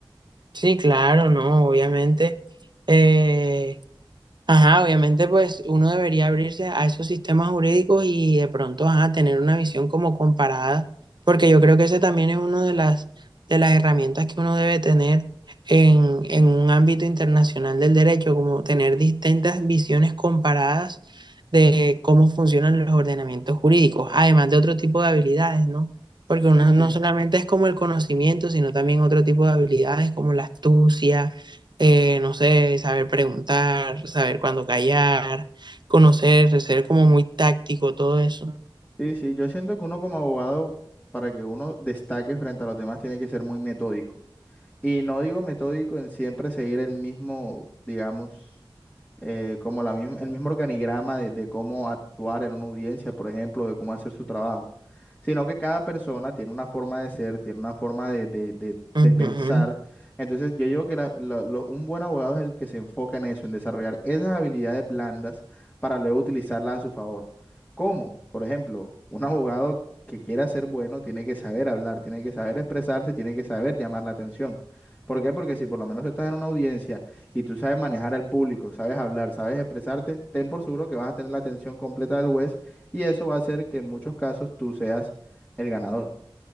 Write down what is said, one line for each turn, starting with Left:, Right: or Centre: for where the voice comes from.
Right: Sí, claro, no, obviamente. eh, Ajá, obviamente pues uno debería abrirse a esos sistemas jurídicos y de pronto ajá, tener una visión como comparada, porque yo creo que ese también es uno de las, de las herramientas que uno debe tener en, en un ámbito internacional del derecho, como tener distintas visiones comparadas de cómo funcionan los ordenamientos jurídicos, además de otro tipo de habilidades, ¿no? Porque uno
Left: Sí, sí.
Right: no solamente es como el conocimiento, sino también otro tipo de habilidades como la astucia eh, no sé, saber preguntar, saber cuándo callar, conocer, ser como muy táctico, todo eso.
Left: Sí, sí, yo siento que uno como abogado, para que uno destaque frente a los demás, tiene que ser muy metódico. Y no digo metódico en siempre seguir el mismo, digamos, eh, como la misma, el mismo organigrama de, de cómo actuar en una audiencia, por ejemplo, de cómo hacer su trabajo, sino que cada persona tiene una forma de ser, tiene una forma de, de- de- de
Right: Ujú.
Left: pensar. Entonces, yo digo que la- la- lo- un buen abogado es el que se enfoca en eso, en desarrollar esas habilidades blandas para luego utilizarlas a su favor. ¿Cómo? Por ejemplo, un abogado que quiera ser bueno tiene que saber hablar, tiene que saber expresarse, tiene que saber llamar la atención. ¿Por qué? Porque si por lo menos estás en una audiencia y tú sabes manejar al público, sabes hablar, sabes expresarte, ten por seguro que vas a tener la atención completa del juez y eso va a hacer que en muchos casos tú seas el ganador.